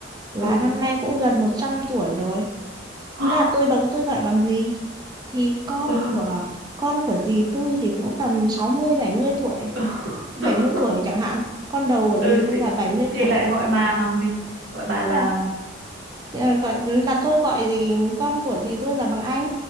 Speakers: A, on the right; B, on the right.
A: là
B: ừ
A: năm nay cũng gần 100 tuổi rồi
B: <gasps>
A: Nên là tôi bà tôi gọi bằng gì thì con
B: ừ ừ
A: của con của dì tôi thì cũng tầm sáu mươi bảy mươi tuổi,
B: <laughs>
A: 70 tuổi chẳng hạn. Con đầu của
B: ừ
A: dì tôi
B: thì,
A: là 70
B: thì
A: tuổi.
B: lại gọi bà bằng gì gọi bà
A: Thế
B: là
A: là Ờ, gọi là tôi gọi gì con của dì tôi là bằng anh